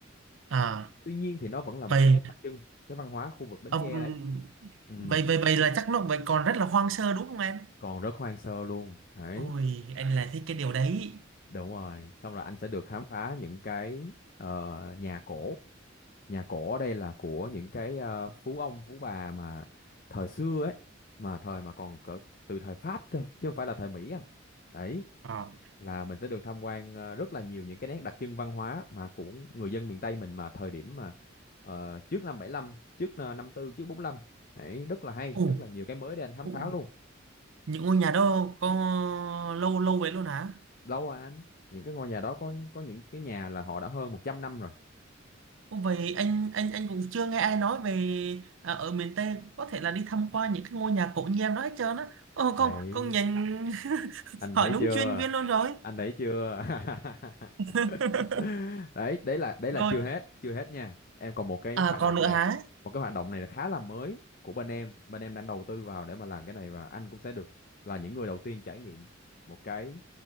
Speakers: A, on the right (about 70°); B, on the left (about 45°).
A: à
B: Tuy nhiên thì nó vẫn là một
A: vậy
B: cái nét đặc trưng cái văn hóa khu vực Bến
A: ông
B: Tre đấy. Ừ,
A: vậy vậy vậy là chắc nó vậy còn rất là hoang sơ đúng không em
B: còn rất hoang sơ luôn. Đấy,
A: ôi anh lại thích cái điều đấy
B: đúng rồi. Xong rồi anh sẽ được khám phá những cái ờ, nhà cổ nhà cổ ở đây là của những cái ờ, phú ông phú bà mà thời xưa ấy mà thời mà còn cỡ từ thời Pháp cơ chứ không phải là thời Mỹ anh đấy
A: Ờ.
B: là mình sẽ được tham quan ờ, rất là nhiều những cái nét đặc trưng văn hóa mà của người dân miền Tây mình mà thời điểm mà ờ, trước năm bảy lăm trước ờ, năm tư trước bốn lăm đấy rất là hay
A: Ồ,
B: rất là nhiều cái mới để anh khám
A: ồ,
B: phá luôn
A: những ngôi nhà đó có lâu lâu vậy luôn hả?
B: lâu rồi anh những cái ngôi nhà đó có có những cái nhà là họ đã hơn 100 năm rồi
A: Ô, Vậy anh anh anh cũng chưa nghe ai nói về à, ở miền Tây có thể là đi tham quan những cái ngôi nhà cổ như em đó hết trơn á. Ồ,
B: đấy
A: con con nhìn <laughs>
B: anh
A: hỏi
B: thấy
A: đúng
B: chưa
A: chuyên viên luôn rồi.
B: anh thấy chưa <laughs>
A: <laughs>
B: đấy đấy là đấy là
A: Rồi,
B: chưa hết chưa hết nha em còn một cái
A: à
B: hoạt
A: còn
B: động
A: nữa
B: này
A: hả?
B: một cái hoạt động này là khá là mới của bên em bên em đang đầu tư vào để mà làm cái này và anh cũng sẽ được là những người đầu tiên trải nghiệm một cái